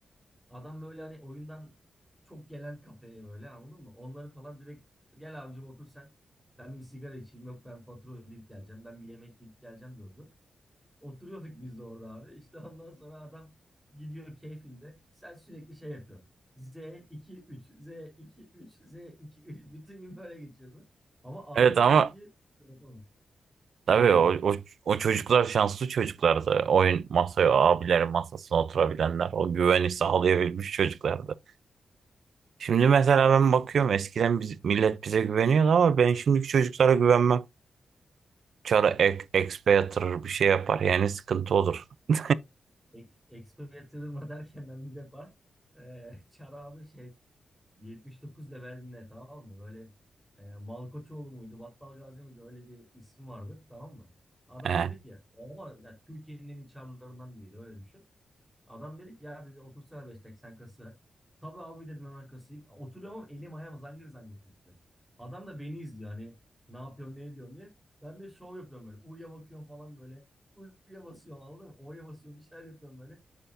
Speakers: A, in the centre; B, on the right.
A: Adam böyle hani oyundan çok gelen kafeye böyle anladın mı? Onları falan direkt gel abicim otur sen. Ben bir sigara içeyim. Yok ben fatura ödeyip geleceğim. Ben bir yemek yiyip geleceğim diyordu. Oturuyorduk biz de orada abi. İşte ondan sonra adam gidiyor keyfinde. Sen sürekli şey yapıyorsun. Z2-3, Z2-3, Z2-3. Bütün gün böyle geçiyordu. Ama aldığım
B: Evet ama
A: zevki şey yapamam.
B: tabii
A: Unutamam.
B: o, o, o çocuklar şanslı çocuklardı. Oyun masaya, o abilerin masasına oturabilenler, o güveni sağlayabilmiş çocuklardı. Şimdi mesela ben bakıyorum eskiden biz, millet bize güveniyordu ama ben şimdiki çocuklara güvenmem. Çara ek, expe yatırır bir şey yapar. Yani sıkıntı olur. <laughs>
A: E Exploiter'ıma derken ben bir defa e, Çar abi şey 79 levelimle tamam mı? Böyle e, Malkoçoğlu muydu, Battal Gazi miydi? Öyle bir isim vardı tamam mı? Adam
B: Ee,
A: dedi ki ama ya, Türkiye'nin en iyi çarlarından biriydi öyle düşün. Adam dedi ki ya dedi otursana beş dakika sen kası ver. Tabii abi dedim hemen kasayım. Oturuyorum ama elim ayağım zangır zangır titriyor. Adam da beni izliyor hani ne yapıyorum ne ediyorum diye. Ben de şov yapıyorum böyle. U'ya bakıyorum falan böyle. U'ya basıyorum anladın mı? O'ya basıyorum bir şeyler yapıyorum böyle.